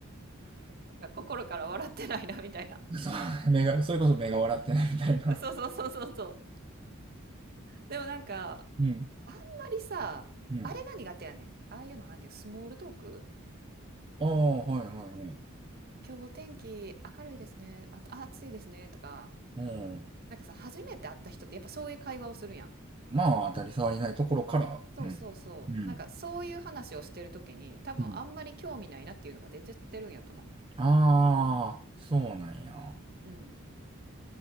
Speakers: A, on the right (about 50°); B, on the right (about 25°).
A: なんか心から笑ってないな、みたいな。
B: そう、目が、それこそ目が笑ってないみたいな。
A: <laughs> そうそうそうそうそう。でもなんか、
B: うん。
A: あんまりさ、
B: うん。
A: あれが苦手やねん。ああいうの、なんていうの、スモールトーク
B: ああ、はいはいはい。
A: 今日天気明るいですね。あ、あ暑いですね。とか、
B: うん。
A: なんかさ、初めて会った人ってやっぱそういう会話をするやん。
B: まあ、当たり障りないところから。
A: そうそうそう。
B: うん。うん。
A: なんかそういう話をしてるときに多分あんまり興味ないなっていうのが出ちゃってるんやと思
B: うん。ああ、そうなんや。
A: う。うん。